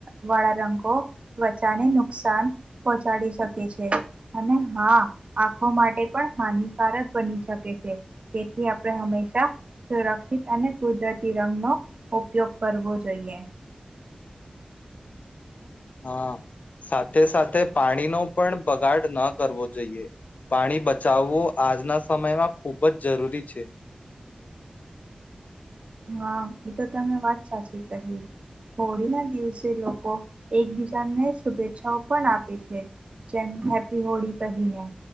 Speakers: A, on the right; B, on the left.
A: વાળા રંગો ત્વચાને નુકસાન પહોંચાડી શકે છે, અને હા આંખો માટે પણ હાનિકારક બની શકે. તેથી આપણે હંમેશા સુરક્ષિત અને કુદરતી રંગનો ઉપયોગ કરવો જોઈએ.
B: હાં, સાથે સાથે પાણીનો પણ બગાડ ન કરવો જોઈએ, ‌પાણી બચાવવું આજનાં સમયમાં ખૂબ જ જરૂરી છે.
A: હા એ તો તમે વાત સાચી કહી, હોળી ના દિવસે લોકો એકબીજાને શુભેચ્છાઓ પણ આપે છે, જેમ હેપી હોળી કહીને,